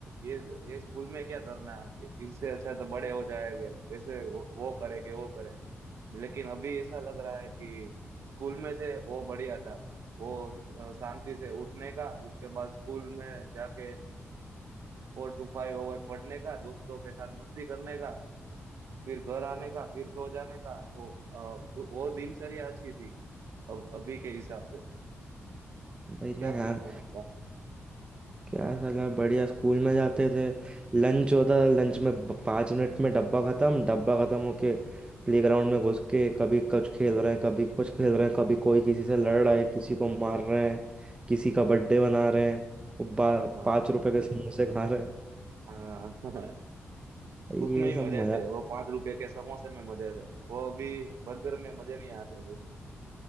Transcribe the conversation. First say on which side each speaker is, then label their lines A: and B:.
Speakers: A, on the right (about 70°); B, on the right (about 20°).
A: ये ये स्कूल में क्या करना है इससे अच्छा तो बड़े हो जाएंगे वैसे वो, वो करेंगे वो करें लेकिन अभी ऐसा लग रहा है कि स्कूल में थे वो बढ़िया था वो स- अ, शांति से उठने का उसके बाद स्कूल में जाके फोर टू फाइव ओवर पढ़ने का दोस्तों के साथ मस्ती करने का फिर घर आने का फिर सो जाने का वो अ, वो वो दिनचर्या अच्छी थी अब अभी के हिसाब से
B: भाई
A: क्या
B: ना यार
A: बोलना है आपका
B: क्या साला बढ़िया स्कूल में जाते थे लंच होता था लंच में ब- पाँच मिनट में डब्बा ख़त्म डब्बा ख़त्म होके प्लेग्राउंड में घुस के कभी कुछ खेल रहे हैं कभी कुछ खेल रहे हैं कभी कोई किसी से लड़ रहा है किसी को मार रहे हैं किसी का बर्थडे मना रहे हैं वो बा-
A: हाँ
B: पाँच रुपए के समोसे खा रहे हैं
A: हाँ <laughs>
B: ये
A: उसमें
B: सब
A: ही मजे
B: मज़ा
A: थे वो पांच रुपए के समोसे में मजे थे वो अभी बर्गर में मजे नहीं आते वैसे